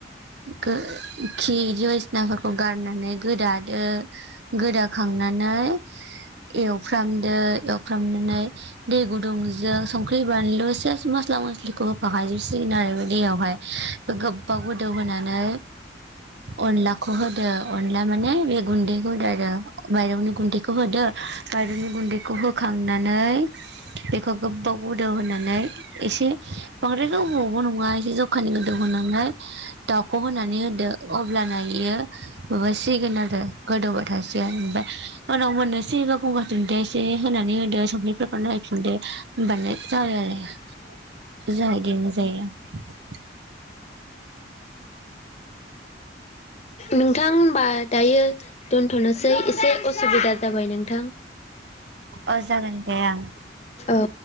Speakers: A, on the right; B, on the left.
A: गोखि दिसिनाफोरखौ गारनानै गोदादो गोदाखांनानै एवफ्रामदो। फ्रामनानै। दै गुदुंजों सं थैबानोल' सेस मस्ला मस्लिखौ होफाखायजोबसिगोन आरो बे दैयावहाय गोबाव गोदौ होनोनानै। अनलाखौह होदो। अनला माने बे गुन्दैखौ होदो आरो। मायरंनि गुन्दैखौ होदो। बरौनि गुन्दैखौ होखांनानै। बेखौ गोबाव गोदौ होनानै। एसे। बांद्राय गोबावबो नङा एसे जखानि गोदौ होनानै दाउखौ होनानै होदो अब्लानो। बियो माबासिगोन आरो। गोदौबाय थासै ओमफ्राय उनाव मोननोसै बा गंगार दुन्दिया एसे। होनानै होदो संखिफो नायफिदो होनबानो। जाबाय आरो जाय
B: नोंथा। होनबा दायो दोन्थ'नोसै एसे असुबिदा जाबाय नोंथां।
A: अ जागोन दे आं
B: औ